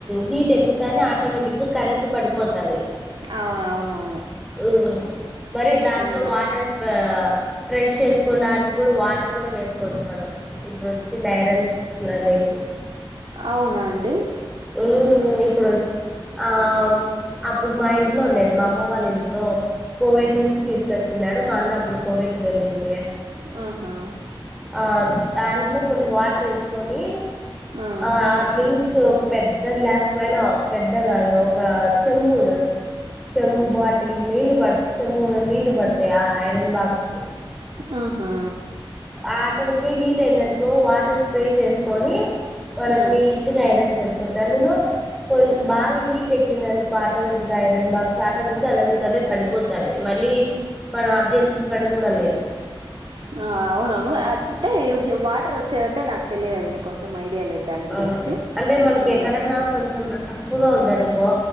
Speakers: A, in the centre; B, on the right.
A: హీట్ ఎక్కుతానే ఆటోమేటిక్గా కరెంట్ పడిపోతది
B: అవు అవునవును
A: మ్ మరి దాంట్లో
B: ఉమ్
A: వాటర్ ఆ ఫ్రెష్ చేసుకోడానికి కూడా వాటర్ కూడా వేసుకోవచ్చు మనం ఇప్పుడో డొచ్చిన ఐరన్స్ లలోకి
B: అవునా అండి
A: మ్ ఇప్పుడు ఆ అప్పుడు మా ఇంట్లో ఉండేది మా అమ్మ వాళ్ళ ఇంట్లో కువైట్ నుంచి తీసుకొచ్చినడు మా అన్న అప్పుడు కువైట్ కేళ్ళింటి
B: ఆహా
A: ఆ దాంట్లో కొన్ని వాటరేసుకొని
B: ఉమ్
A: ఆ ్లీూస్త ఒక పెద్ద గ్లాస్ పైన పెద్ద కాదు ఒక చెమ్ము చెమ్మూ బాటిల్ నీల్బ బట్ చేమ్మూ నీటిల్ పాడుతాయి ఆ ఆఐరన్ బాక్స్కి
B: ఆహా
A: ఆటోమేటిక్గా హీట్ అయిందనుకో వాటర్ స్ప్రే చేసుకొని మనం
B: ఉమ్
A: ని ట్ గా ఐరన్ చేసుకోవచ్చు అందులో కొ బాగా హీట్ ఎక్కింది అందుకో ఆటోమేటిక్గా ఐరన్ బాక్స్ ఆటోమేటిక్గా అందుకంటే పడిపోత్ తది మళ్ళీ మనం అఫ్ చేయాల్సిన పని కూడా లేదు
B: ఆ అవునవును అంటే వాటర్ వచ్చేదంటే నాకు తెలిదండి కొంచెం ఐడియా లేదు దాని గురించి
A: ఆ అంటే మనకి
B: ఉమ్
A: ఎక్కడన్నా కొంచెం రఫ్ గా ఉందనుకో